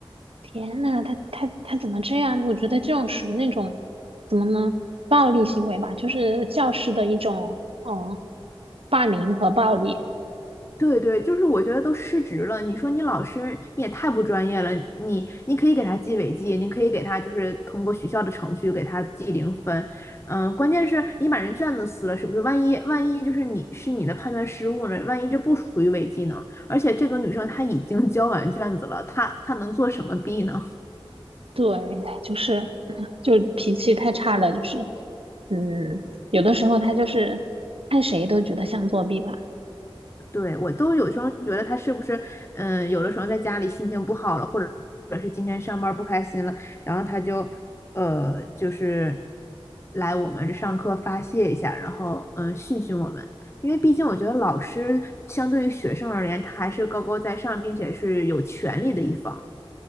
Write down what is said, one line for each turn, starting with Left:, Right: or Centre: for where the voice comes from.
Right: 天呐，他他他怎么这样？我觉得这种属于那种怎么呢？暴力行为吧，就是教师的一种嗯霸凌和暴力。
Left: 对对，就是我觉得都失职了。你说你老师你也太不专业了，你你可以给他记违纪，你可以给他就是通过学校的程序给他记零分，嗯、关键是你把人卷子撕了，是不是？万一万一就是你是你的判断失误了，万一这不属于违纪呢？而且这个女生她已经 <laughs> 交完卷子了，她她能做什么弊呢？
Right: 对，就是嗯就脾气太差了，就是嗯，有的时候他就是看谁都觉得像作弊吧。
Left: 对，我都有时候觉得他是不是，嗯，有的时候在家里心情不好了，或者或者是今天上班不开心了，然后他就，呃，就是来我们这上课发泄一下，然后嗯训训我们，因为毕竟我觉得老师相对于学生而言，他还是高高在上，并且是有权利的一方。